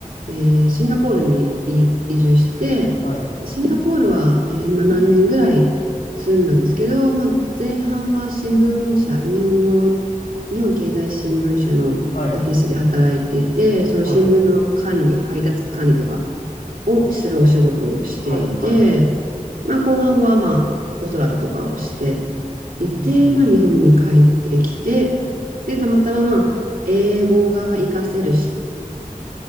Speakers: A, on the right; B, on the left.
A: えーシンガポールにい移住して、
B: はい、
A: シンガポールは、えー7年ぐらい住んだんですけど、まあ、前半は新聞社、日本の、日本経済新聞社のオフィスで働いていて、
B: はい、
A: その新聞の管理を、
B: はい、
A: 配達管理とかをするお仕事をしていて、
B: はい、はい。
A: まあ、後半はまあ子育てとかをしていて、
B: うん、
A: まあ、日本に帰ってきて、で、たまたままあ英語が活かせる仕